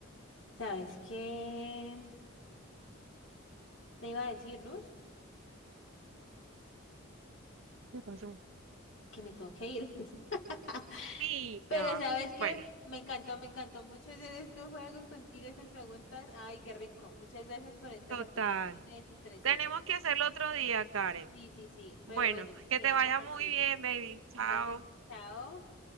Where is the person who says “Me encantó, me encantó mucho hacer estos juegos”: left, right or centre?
Left